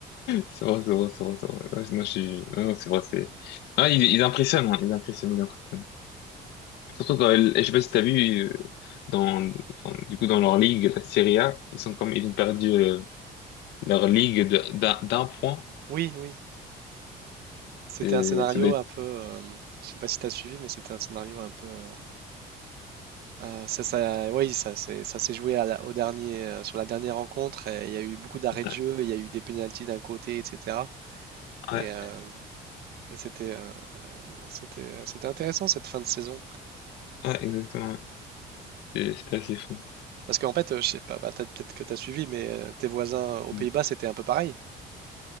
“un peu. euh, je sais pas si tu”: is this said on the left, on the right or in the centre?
Right